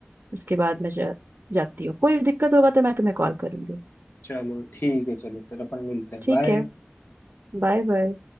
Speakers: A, on the right; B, on the left.
A: उसके बाद मैं जा, जाती हूँ कोई दिक्कत होगा तो मैं तुम्हें कॉल करूंगी
B: चलो ठीक है चलो फिर अपन मिलते हैं
A: ठीक
B: बाय
A: है बाय बाय